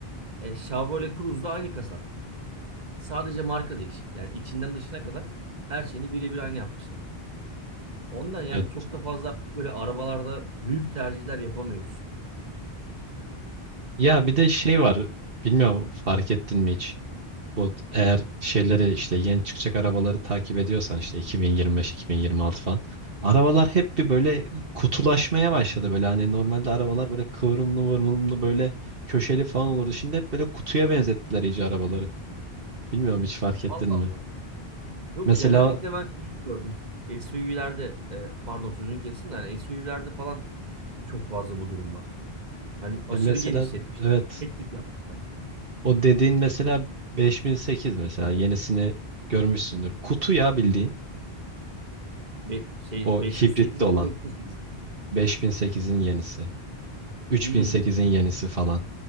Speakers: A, on the right; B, on the right.
A: E, Chevrolet Cruze'da aynı kasa. Sadece marka değişik. Yani içinden dışına kadar her şeyini birebir aynı yapmışlar. Ondan yani
B: Evet.
A: çok da fazla artık böyle arabalarda büyük tercihler yapamıyoruz.
B: Ya bir de şey var bilmiyorum fark ettin mi hiç? Bu eğer şeyleri işte yeni çıkacak arabaları takip ediyorsan işte 2025-2026 falan. Arabalar hep bir böyle kutulaşmaya başladı böyle hani normalde arabalar böyle kıvrımlı vurumlu böyle köşeli falan olurdu. Şimdi hep böyle kutuya benzettiler iyice arabaları. Bilmiyorum hiç fark
A: Allah
B: ettin mi?
A: Allah. Yok
B: Mesela
A: genellikle ben şey gördüm. SUV'lerde e, pardon sözünü kestim de yani SUV'lerde falan çok fazla bu durum var. Hani aşırı
B: e, mesela
A: genişletmişler.
B: evet
A: Tek tip yapmışlar.
B: o dediğin mesela 5008 mesela yenisini görmüşsündür. Kutu ya bildiğin
A: Ve şey
B: o
A: 508
B: hibritli olan
A: 508.
B: 5008'in yenisi, 3008'in
A: Hmm,
B: yenisi falan.